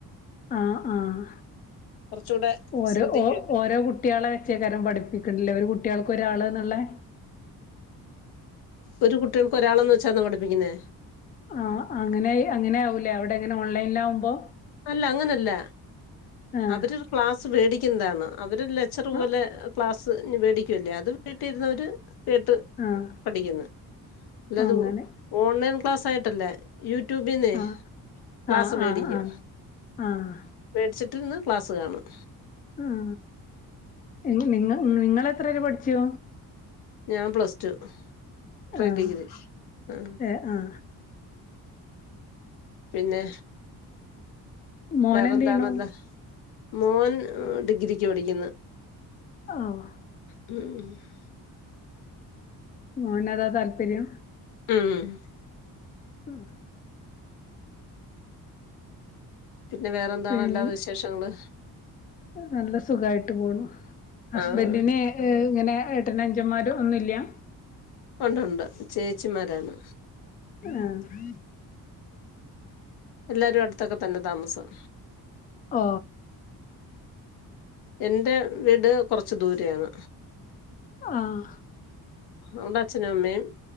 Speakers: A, on the left (about 25°); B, on the left (about 80°).
A: ആഹ് ആഹ്
B: കുറച്ചൂടെ
A: ഓരോ
B: ശ്രദ്ധിക്കുവല്ലേ
A: ഓ ഓരോ കുട്ട്യാളെ ച്ചേക്കാരം പഠിപ്പിക്കണ്ല്ലേ ഒരു കുട്ട്യാൾക്ക് ഒരാള് ന്ന്ള്ളേ
B: ഒരു കുട്ട്യാൾക്ക് ഒരാളെന്ന് വെച്ചാണോ പഠിപ്പിക്കുന്നേ
A: ആഹ് അങ്ങനെ അങ്ങനെ ആവൂലേ അവിടെ അങ്ങനെ ഓൺലൈനിൽ ആവുമ്പോ
B: അല്ല അങ്ങനല്ല
A: ആഹ്
B: അവരൊരു ക്ലാസ് വേടിക്കുന്നതാണ് അവര് ലെക്ച്ചറ് പോലെ
A: ആഹ്
B: ക്ലാസ് വേടിക്കുവല്ലേ അത് വീട്ടിലിരുന്നവര് കേട്ട്
A: ആഹ്
B: പഠിക്കുന്നു അല്ലാത
A: അങ്ങനെ
B: ഓൺലൈൻ ക്ലാസ് ആയിട്ടല്ലാ യൂട്യൂബിന്നേ
A: ആഹ്
B: ക്ലാസ്
A: ആഹ്
B: വേടിക്കും
A: ആഹ് ആഹ് ആഹ്
B: വേടിച്ചിട്ട് ഇരുന്ന് ക്ലാസ് കാണും
A: ഉം ഇ നി നിങ്ങള് നിങ്ങളെത്ര വരെ പഠിച്ചു
B: ഞാൻ പ്ലസ് ടു പ്രീ
A: ആഹ്
B: ഡിഗ്രി ആഹ്
A: ഏഹ് ആഹ്
B: പിന്നെ
A: മോനെന്തെയ്യ്ണു
B: വേറെന്താണള്ളെ മോൻ ഡിഗ്രിക്ക് പഠിക്കുന്നു
A: ഓഹ്
B: ഉം
A: മോനതാ താല്പര്യം
B: ഉം
A: ഉം
B: പിന്നെ വേറെ എന്താണ്
A: പിൻ
B: അല്ലാതെ വിശേഷങ്ങള്
A: നല്ല സുഖായിട്ട് പോണു ഹസ്ബന്റിനെ
B: ആഹ്
A: ഏഹ് ഇങ്ങനെ ഏട്ടനും അനുഞ്ചന്മാരും ഒന്നുല്ല്യാ
B: ഒണ്ടുണ്ട് ചേച്ചിമാരാണ്
A: ആഹ്
B: എല്ലാരും അടുത്തൊക്കെ തന്നെ താമസം
A: ഓ
B: എന്റെ വീട് കൊറച്ച് ദൂരെ യാണ്
A: ആഹ്
B: അവിടെ അച്ഛനും അമ്മേം